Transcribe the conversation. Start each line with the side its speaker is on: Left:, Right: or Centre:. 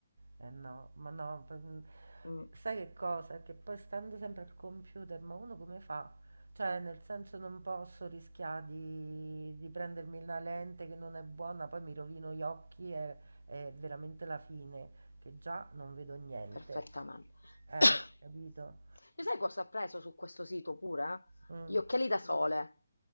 Right: Eh no, ma no, p mhmm,
Left: Mm.
Right: sai che cosa? Che poi stando sempre al computer, ma uno come fa? Cioè, nel senso non posso rischià di di prendermi una lente che non è buona, poi mi rovino gli occhi e è veramente la fine, che già non vedo niente.
Left: Perfettamente.
Right: Eh,
Left: <coughs>
Right: capito?
Left: Lo sai cosa ho preso su questo sito pure?
Right: Mh.
Left: Gli occhiali da sole